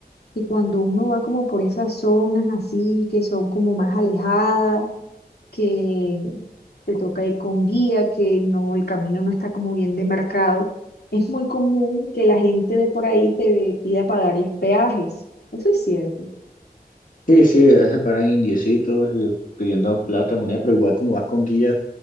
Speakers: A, on the left; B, on the left.
A: que cuando uno va como por esas zonas así, que son como más alejadas, que te toca ir con guía, que no, el camino no está como bien demarcado, es muy común que la gente de por ahí te pida pagarles peajes. Eso es cierto.
B: Sí, sí, a veces paran indiecitos eh, pidiendo plata, moneda, pero igual como vas con guía